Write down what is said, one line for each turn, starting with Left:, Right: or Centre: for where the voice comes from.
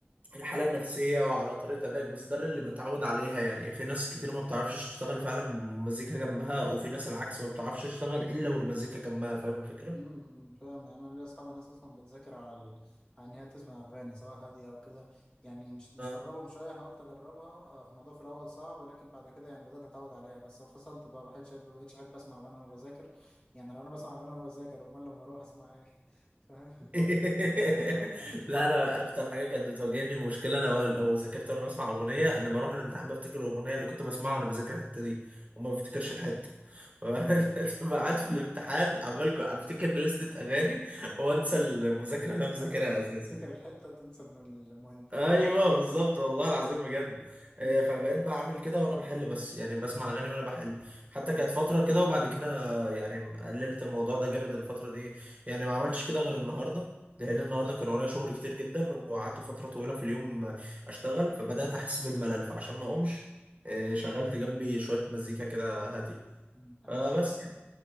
Right: الحالة النفسية وعلى طريقة أدائك بس ده اللي متعود عليها يعني في ناس كتير ما بتعرفش تشتغل فعلا مزيكا جنبها وفي ناس العكس ما بتعرفش تشتغل إلا والمزيكا جنبها فاهم الفكرة؟
Left: امم فاهم يعني انا ليا اصحابي ناس اصلا بتذاكر على ال... على ان هي تسمع اغاني سواء هاديه او كده يعني مش مستغربه
Right: اه
Left: من شويه حاولت اجربها آه، في الموضوع في الاول صعب لكن بعد كده يعني بدات اتعود عليها بس فصلت بقى ما بقتش ما بقتش احب اسمع اغاني وانا بذاكر يعني لو انا بسمع اغاني وانا بذاكر امال لما اروح اسمع ايه <laughs> فاهم
Right: <laughs>
Left: اه
Right: لا أنا
Left: <laughs>
Right: أكتر حاجة كانت بتواجهني مشكلة لو لو ذاكرت وأنا بسمع أغنية إن بروح الامتحان بفتكر الأغنية اللي كنت بسمعها وأنا بذاكر الحتة دي وما
Left: مم.
Right: بفتكرش الحتة فبقعد <laughs> في الامتحان عمال ك- أفتكر لستة أغاني وأنسى المذاكرة اللي أنا مذاكرها
Left: اه
Right: أساسا
Left: تفتكر
Right: يعني.
Left: الحته تنسى الم- المهم
Right: ايوه
Left: آه.
Right: بالظبط والله العظيم بجد
Left: مم.
Right: آه، فبقيت بعمل كده وانا بحل بس يعني بسمع اغاني وانا بحل حتى
Left: مم.
Right: كانت فتره كده وبعد كده يعني قللت الموضوع ده جامد الفتره دي يعني ما عملتش كده غير النهارده لان النهارده كان ورايا شغل كتير جدا وقعدت فتره طويله في اليوم اشتغل فبدات احس بالملل فعشان ما اقومش آه، شغلت جنبي شويه مزيكا كده هاديه
Left: مم. حلو
Right: فبس
Left: انا
Right: يعني